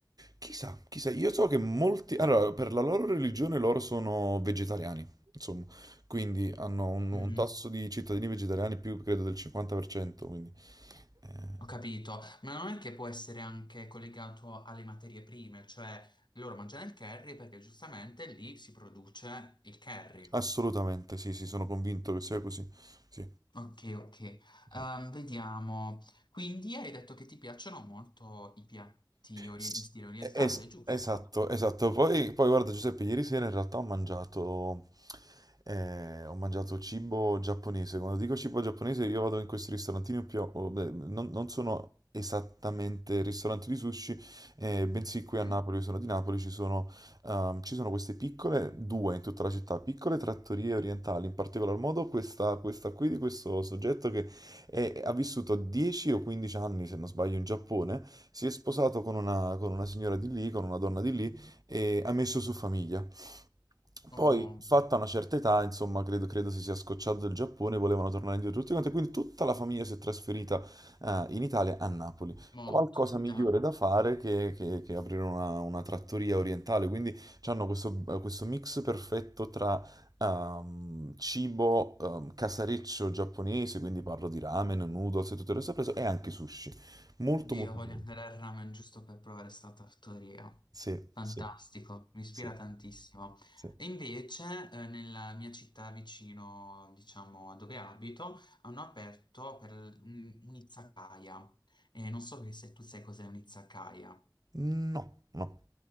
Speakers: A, on the right; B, on the left.
A: Chissà, chissà, io so che molti... Allora, per la loro religione loro sono vegetariani, insomma, quindi hanno un, un
B: Mhm,
A: tasso di cittadini vegetariani più, credo, del 50%, quindi... eh,
B: Ho capito, ma non è che può essere anche collegato alle materie prime, cioè loro mangiano il curry perché giustamente lì si produce il curry.
A: Assolutamente, sì, sì, sono convinto che sia così. Sì.
B: Ok, ok.
A: sì.
B: Ehm, vediamo. Quindi hai detto che ti piacciono molto i piatti ori-
A: S-
B: in stile orientale,
A: es-
B: giusto?
A: esatto, esatto. Poi, poi guarda Giuseppe, ieri sera in realtà ho mangiato, eh, ho mangiato cibo giapponese. Quando dico cibo giapponese io vado in questi ristorantini più... o- beh, non, non sono esattamente ristoranti di sushi, eh, bensì qui
B: Mhm.
A: a Napoli, io sono di Napoli, ci sono, ehm, ci sono queste piccole, due in tutta la città, piccole trattorie orientali, in particolar modo questa, questa qui di questo soggetto che e ha vissuto 10 o 15 anni, se non sbaglio, in Giappone, si è sposato con una, con una signora di lì, con una donna di lì e ha messo su famiglia.
B: Oh,
A: Poi, fatta una certa età, insomma, credo, credo si sia scocciato del Giappone, volevano tornare indietro tutti quanti, quindi tutta la famiglia si è trasferita eh, in Italia, a Napoli.
B: mo,
A: Qualcosa
B: tutta.
A: migliore da fare che, che- che aprire una, una trattoria orientale, quindi hanno questo, questo mix perfetto tra ehm, cibo ehm, casareccio giapponese, quindi parlo di ramen, noodles e tutto il resto preso, e anche sushi. Molto,
B: Dio,
A: molto
B: voglio
A: buono.
B: andare al ramen giusto per provare sta tartaria.
A: Sì,
B: Fantastico,
A: sì,
B: mi ispira
A: sì,
B: tantissimo.
A: sì.
B: E invece, eh, nella mia città vicino, diciamo, a dove abito, hanno aperto per un- un'izakaya. E non so se tu sai cos'è un'izakaya.
A: No, no.